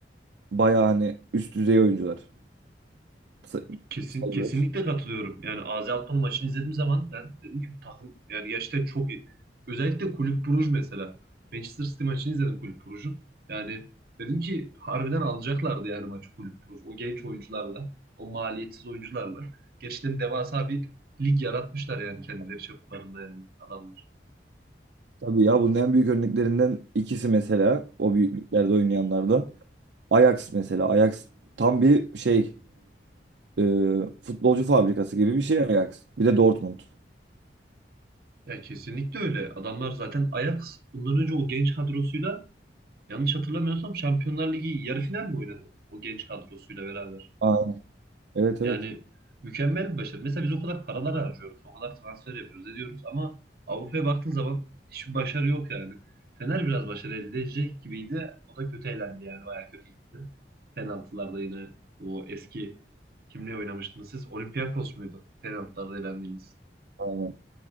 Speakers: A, on the right (about 70°); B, on the right (about 55°).
A: bayağı hani üst düzey oyuncular sa-
B: Kesin,
A: sayılır.
B: kesinlikle katılıyorum. Yani AZ Alkmaar maçını izlediğim zaman ben dedim ki bu takım yani gerçekten çok iyi. Özellikle Kulüp Bruj mesela. Manchester City maçını izledim Kulüp Brugge'un. Yani dedim ki harbiden alacaklardı yani maçı Kulüp Bruj. O genç oyuncularla, o maliyetsiz oyuncularla. Gerçekten devasa bir lig yaratmışlar yani kendileri çaplarında yani adamlar.
A: Tabii ya bunun en büyük örneklerinden ikisi mesela o büyüklüklerde oynayanlardan. Ajax mesela. Ajax tam bir şey e, futbolcu fabrikası gibi bir şey Ajax. Bir de Dortmund.
B: Ya kesinlikle öyle. Adamlar zaten Ajax bundan önce o genç kadrosuyla yanlış hatırlamıyorsam Şampiyonlar Ligi yarı final mi oynadı? O genç kadrosuyla beraber.
A: Aynen. Evet evet.
B: Yani mükemmel bir başarı. Mesela biz o kadar paralar harcıyoruz, o kadar transfer yapıyoruz, ediyoruz ama Avrupa'ya baktığın zaman hiçbir başarı yok yani. Fener biraz başarı elde edecek gibiydi. O da kötü elendi yani, bayağı kötü gitti. Penaltılarda yine o eski kimle oynamıştınız siz? Olympiakos muydu? Penaltılarda elendiğiniz.
A: Aynen.